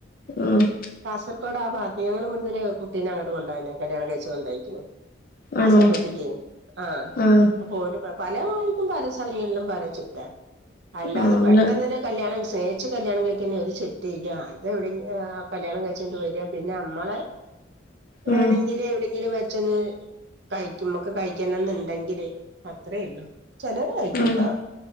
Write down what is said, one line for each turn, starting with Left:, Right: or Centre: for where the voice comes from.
Left: ആഹ്
Right: കാസർകോഡ ആ ഭാഗത്ത് ഞങ്ങള്ൾ ഇവിടുന്നൊരു കുട്ടീനെ അങ്ങോട്ട കൊണ്ടായിന് കല്യാണം കഴിച്ച് കൊണ്ടായിക്ന്ന് കാസർകോട്ടിക്ക്
Left: ആണോ
Right: ആ
Left: ആഹ്
Right: അപ്പോ ഓൾ പല വാർത്തും പല സ്ഥലങ്ങളിലും പല ചുറ്റാ അല്ലാതെ
Left: ആഹ്
Right: പെട്ടെന്ന് കല്യാണം സ്നേഹിച്ചച്ച് കല്യാണം കഴിക്കുന്ന ഒരു ചിട്ടയില്ല അത എവിടെ ആ കല്യാണം കഴിച്ചുകൊണ്ട് വരിക പിന്നെ നമ്മളെ വേണങ്കിൽ
Left: ആഹ്
Right: എവിടെയെങ്കിലും വെച്ചൊന്ന് കഴിക്കും മ്മക്ക് കഴിക്കാണം ഇണ്ടെങ്കില് അത്രേല്ലോ ചിലോർ കഴിക്കൂട്ടാ
Left: ആണോ